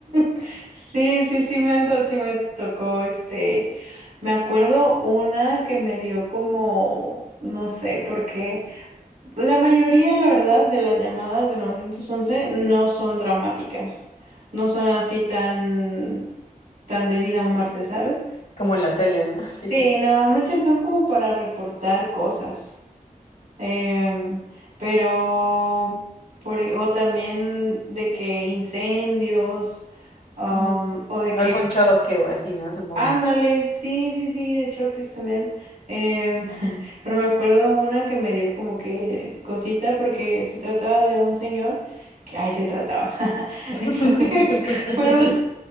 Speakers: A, on the right; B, on the left.
A: <laughs> Sí, sí, sí me, to- sí me tocó este. Me acuerdo una que me dio como, no sé, porque la mayoría, la verdad, de las llamadas del nueve once no son dramáticas, no son así tan, tan de vida o muerte, ¿sabes?
B: Como en la tele, ¿no? <laughs> Sí.
A: Sí, no, muchas son como para reportar cosas. Em, pero, por, e- o también de que incendios, am,
B: Mm,
A: o de
B: Algún
A: que,
B: choque o así, ¿no? Supongo.
A: ándale, sí, sí, sí, de choques también. Em, <laughs> pero me acuerdo una que me dio como que cosita porque se trataba de un señor que, ay, se trataba. <laughs>
B: <laughs>
A: Fue, <laughs> fue un-